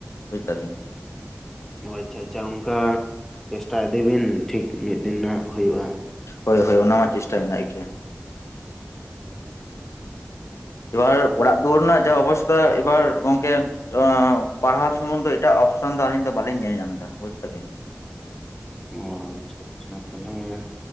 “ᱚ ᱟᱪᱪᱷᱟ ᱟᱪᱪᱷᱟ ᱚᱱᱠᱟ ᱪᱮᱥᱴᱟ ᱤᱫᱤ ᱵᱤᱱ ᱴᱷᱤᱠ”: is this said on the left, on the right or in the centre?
Centre